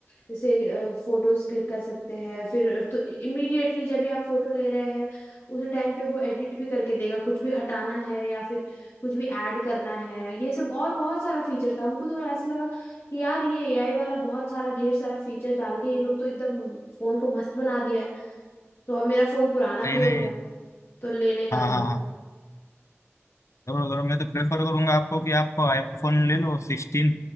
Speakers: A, on the left; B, on the left.
A: जैसे फोटोज क्लिक कर सकते हैं फिर तो इमीडिएटली जब भी आप फोटो ले रहे हैं उसी टाइम पे वो एडिट भी करके देगा कुछ भी हटाना है या फिर कुछ भी ऐड करना है ये सब और बहुत सारा फीचर था हमको तो ऐसा लगा कि यार ये एआई वाला बहुत सारा ढेर सारा फीचर डाल के ये लोग तो एकदम फोन को मस्त बना दिया है तो अब मेरा फोन पुराना
B: नहीं
A: भी हो
B: नहीं
A: गया है तो लेने का
B: हाँ हाँ
A: था
B: हाँ जरूर जरूर मैं तो प्रेफर करूंगा आपको कि आप आईफोन ले लो सिक्सटीन